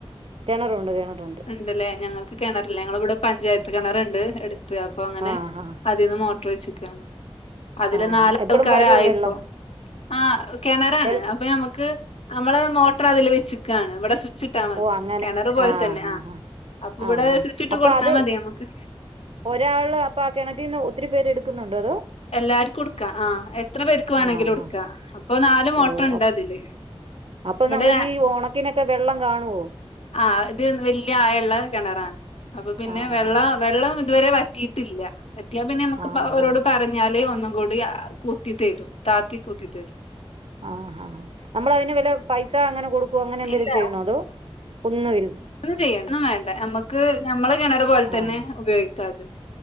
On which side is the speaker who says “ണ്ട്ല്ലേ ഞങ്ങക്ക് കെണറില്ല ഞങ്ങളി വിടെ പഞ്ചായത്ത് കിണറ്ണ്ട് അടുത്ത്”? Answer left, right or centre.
Left